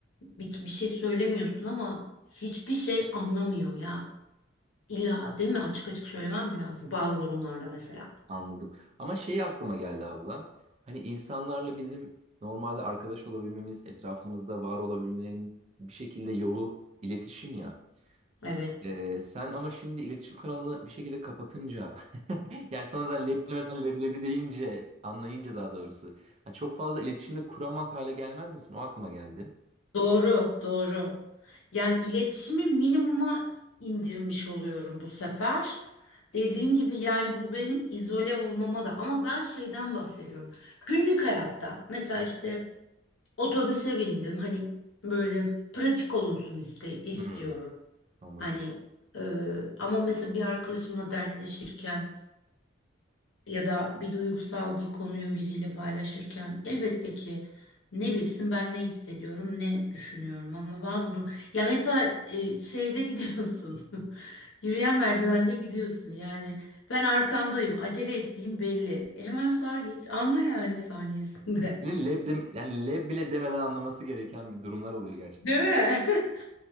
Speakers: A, on the left (about 75°); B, on the right (about 30°).
A: bir, bir şey söylemiyorsun ama hiçbir şey anlamıyor ya. İlla değil mi? Açık açık söylemem mi lazım? Bazı durumlarda mesela.
B: Anladım. Ama şeyi aklıma geldi abla. Hani insanlarla bizim normalde arkadaş olabilmemiz, etrafımızda var olabilmelerinin bir şekilde yolu iletişim ya.
A: Evet.
B: Ee, sen ama şimdi iletişim kanalını bir şekilde kapatınca <laughs> yani sana da leblemeden leblebi deyince anlayınca daha doğrusu ha, çok fazla iletişimde kuramaz hale gelmez misin? O aklıma geldi.
A: Doğru, doğru. Yani iletişimi minimuma indirmiş oluyorum bu sefer. Dediğin gibi yani bu benim izole olmama da ama ben şeyden bahsediyorum. Günlük hayatta mesela işte otobüse bindim hani böyle pratik olunsun iste- istiyorum.
B: Hmm, anladım.
A: Hani e, ama mesela bir arkadaşımla dertleşirken ya da bir duygusal bir konuyu biriyle paylaşırken elbette ki ne bilsin ben ne hissediyorum ne düşünüyorum ama bazı dur ya mesela e, şeyde gidiyorsun <laughs> yürüyen merdivende gidiyorsun yani ben arkandayım acele ettiğim belli E, hemen sağa geç anla yani saniyesinde
B: Yani leb, dem- yani leb bile demeden anlaması gereken bir durumlar oluyor
A: <laughs> değil mi? <laughs>